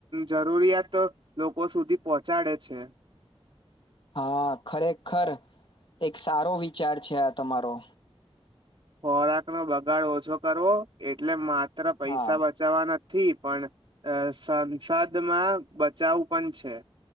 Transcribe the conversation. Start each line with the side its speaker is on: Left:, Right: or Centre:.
Right: જરૂરિયાત લોકો સુધી પહોંચાડે છે.
Left: હા, ખરેખર એક સારો વિચાર છે. આ તમારો
Right: ખોરાક નો બગાડ ઓછો કરવો એટલા માટે. પૈસા
Left: હા
Right: બચાવવાના, થી પણ સંસદમાં બચાવ પણ છે.